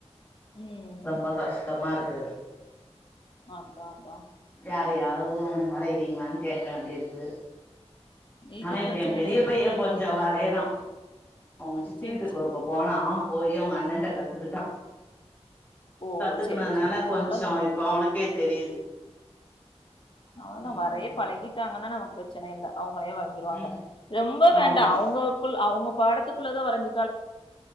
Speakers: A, on the left; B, on the left.
A: ம்
B: ரொம்ப கஷ்டமாருக் க
A: அத்தா அதா
B: வேற யாரூதூ வரைறீங்களான்னு கேட்க வேண்டியிருக்கு
A: இது
B: ஆனா இப்ப
A: பிரச்சன
B: ஏ பெரிய
A: இல்ல எ
B: பைய்ய
A: பையனே
B: கொஞ்சோ
A: பண்ணிப்பா
B: வரைறா அவுங்க சித்தி
A: சேரி
B: வீட்டுக்கு
A: சேரி
B: ஒருக்க போனா போய் அவங்கண்ணன்ட்ட கத்துக்கிட்டா
A: ஓ
B: கத்துக்கனதுனால
A: சேரி சேரி
B: கொஞ்சோ
A: அவ்ளோதா
B: இப்ப அவனுக்கேத் தெரியுது
A: அவ்ளவுதா
B: ம்
A: அதையே பழகிட்டாங்கன்னா நம பிரச்சனை இல்ல அவ வரை வரைஞ்சிருவாங்க
B: ம்
A: ரொம்ப வேண்டாம்
B: ஆமா
A: அவங்களுக்குள் அவங்க படத்துக்குள்ளதா வரைஞ்சு